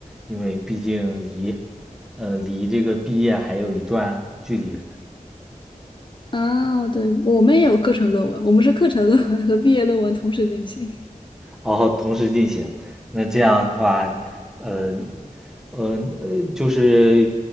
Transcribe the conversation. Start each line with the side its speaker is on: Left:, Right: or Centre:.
Centre: 因为毕竟离呃离这个毕业还有一段距离。
Left: 啊，对，我们也有课程论文，我们是课程论文和毕业论文同时进行。
Centre: 然后同时进行。那这样的话，呃，呃，呃，就是，